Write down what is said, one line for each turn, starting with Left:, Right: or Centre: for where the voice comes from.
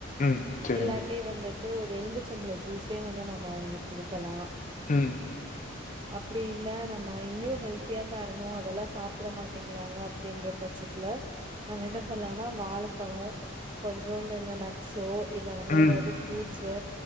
Left: ம். ம். சரிங்க.
Right: இல்லாட்டி வந்துட்டு ஒரு எழும்பிச்ச பழ ஜூஸே வந்து நம்ம அவங்களுக்கு குடுக்கலா
Left: ம்
Right: அப்டி இல்ல நம்ம இன்னயு ஹெல்த்தியா தரணு அதெல்லா சாப் சாப்ட மாட்டேங்கிறாங்க அப்டின்ற பட்சத்துல நம்ம என்ன பண்லாம்னா வாழப்பழோ கொஞ்சோண்டு இந்த நட்ஸோ இல்ல வந்து
Left: ம்,
Right: ஏதாவது ஃப்ரூட்ஸு
Left: ம்.